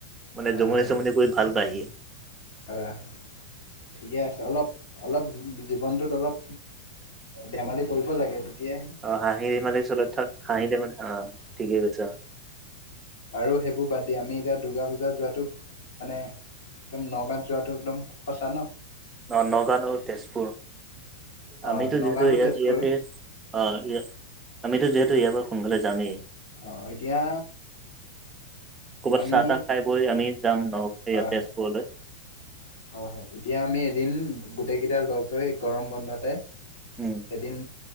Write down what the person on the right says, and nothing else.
মানে
জমনি
চমনি কৰি ভাল পায়াহি
অ হাঁহি দিমালি চলত থাক হাঁহি ত মে অ ঠিকে কৈছে অ
ন নগাঁও নও তেজপুৰ
আমিতো
যিহেতু ই
ইয়াতে অ আমিতো যিহেতু ইয়াৰ পৰা সোনকালে যামেই
ক'বাত
চাহ তাহ খাই বৈ আমি যাম নয়
তেজপুৰলৈ
উম